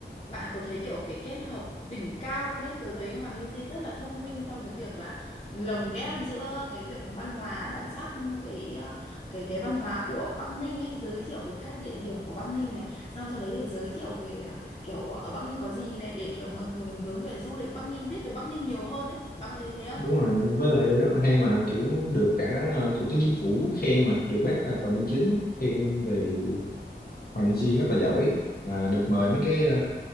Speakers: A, on the left (about 35°); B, on the left (about 55°).
A: Bạn có thấy kiểu cái kết hợp đỉnh cao luôn ấy Tớ thấy Hòa Minzy rất là thông minh trong cái việc là lồng ghép giữa cái việc văn hóa bản sắc cái ờ, cái cái văn hóa của Bắc Ninh ấy giới thiệu về các địa điểm của Bắc Ninh này xong sau đấy thì giới thiệu về ờ, kiểu ờ, ở Bắc Ninh có gì này để kiểu mọi người hướng về du lịch Bắc Ninh biết về Bắc Ninh nhiều hơn ấy bạn có thấy thế không?
B: đúng rồi với lại rất là hay mà kiểu được cả ờ, thủ tướng chính phủ khen mà được bác ờ, Phạm Minh Chính á, khen về Hoàng Di rất là giỏi à, được mời mấy cái ờ,